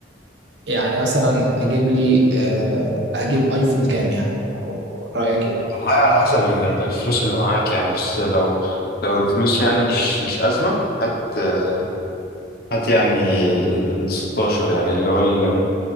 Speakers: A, on the right; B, on the left.
A: يعني مثلا اجيب لي آه اجيب ايفون كام يعني او رايك ايه
B: والله على حسب ال- الفلوس اللي معاك يعني بس لو لو الفلوس يعني مش مش أزمة هات آه، هات يعني ال ال 16 يعني اللي هو ال-